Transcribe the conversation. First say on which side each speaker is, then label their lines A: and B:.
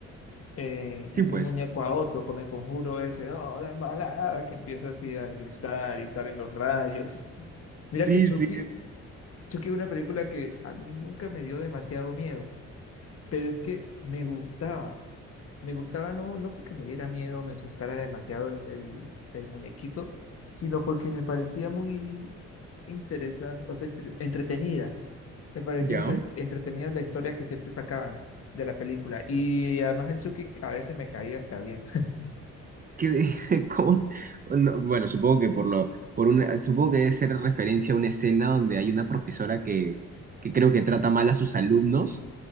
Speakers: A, on the left; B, on the right.
A: eh,
B: Sí,
A: y de
B: pues,
A: un muñeco a otro, con el conjuro ese, oh, la embalada, que empieza así a gritar y salen los rayos. <laughs> Mira
B: sí,
A: que Chucky
B: sí,
A: Chucky es una película que a mí nunca me dio demasiado miedo, pero es que me gustaba, me gustaba no, no porque me diera miedo, me asustara demasiado el, el el muñequito, sino porque me parecía muy interesante, o sea, entre- entretenida. Me parecía
B: ya.
A: entre- entretenida la historia que siempre sacaban de la película. Y además el Chucky a veces me caía hasta bien.
B: Que, <laughs> ¿cómo? No, bueno, supongo que por lo, por una, supongo que debe ser referencia a una escena donde hay una profesora que, que creo que trata mal a sus alumnos